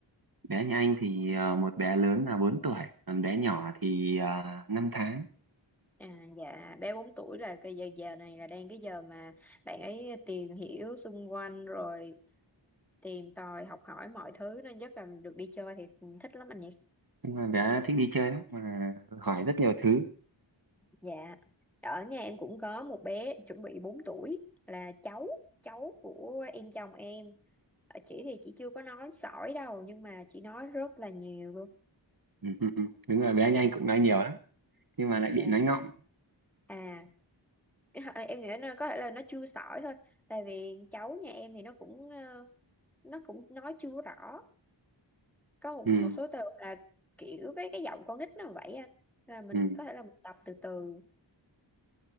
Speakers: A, on the right (about 50°); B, in the centre.
A: Bé nhà anh thì ờ, một bé lớn là 4 tuổi, còn bé nhỏ thì uh, 5 tháng.
B: À, dạ bé 4 tuổi là cái giờ giờ này là đang cái giờ mà bạn ấy tìm hiểu xung quanh rồi tìm tòi học hỏi mọi thứ nên chắc là được đi chơi thì thích lắm anh nhỉ
A: Nhưng mà bé thích đi chơi lắm mà hỏi rất nhiều thứ
B: dạ ở nhà em cũng có một bé chuẩn bị 4 tuổi là cháu cháu của em chồng em Ờ, chị thì chị chưa có nói sỏi đâu nhưng mà chị nói rất là nhiều luôn
A: Ừ, ừ, ừ. Đúng rồi, bé anh anh cũng nói nhiều lắm nhưng mà lại
B: dạ
A: bị nói ngọng.
B: à Cái họ- em nghĩ là có thể là nó chưa sỏi thôi tại vì cháu nhà em thì nó cũng ờ, nó cũng nói chưa rõ có một,
A: Ừ,
B: một số từ là kiểu cái cái giọng con nít nó vậy á là mình
A: ừ.
B: có thể là mình tập từ từ